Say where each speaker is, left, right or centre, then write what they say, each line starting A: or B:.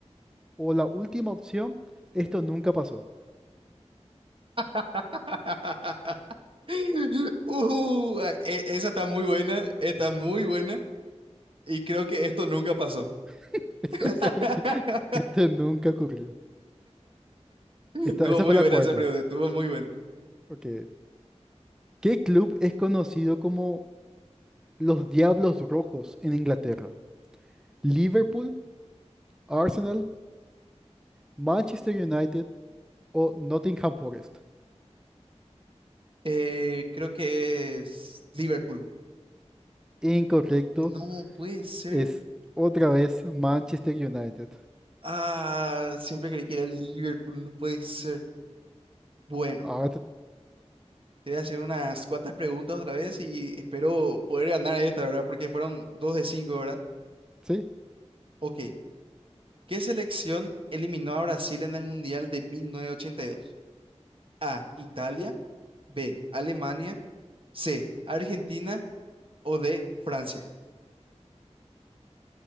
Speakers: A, in the centre; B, on the right (about 50°).
A: o la última opción, esto nunca pasó.
B: <laughs> <laughs> Uh, ah, e- esa está muy buena, está muy buena y creo que esto nunca pasó.
A: <laughs> Exactamente,
B: <laughs>
A: esto nunca ocurrió.
B: Estuvo
A: Esta, esa
B: muy
A: fue la
B: buena
A: cuarta.
B: esa pregunta, estuvo muy buena.
A: Ok. ¿Qué club es conocido como los Diablos Rojos en Inglaterra? ¿Liverpool, Arsenal, Manchester United o Nottingham Forest?
B: Eh, creo que es Liverpool.
A: Incorrecto,
B: No puede ser.
A: es otra vez Manchester United.
B: Ah, siempre creí que era Liverpool, no puede ser. Bueno,
A: Ahora te-
B: te voy a hacer unas cuantas preguntas otra vez y espero poder ganar esta, ¿verdad? Porque fueron dos de cinco, ¿verdad?
A: sí.
B: Ok. ¿Qué selección eliminó a Brasil en el Mundial de 1982? A. Italia. B, Alemania, C, Argentina o D, Francia.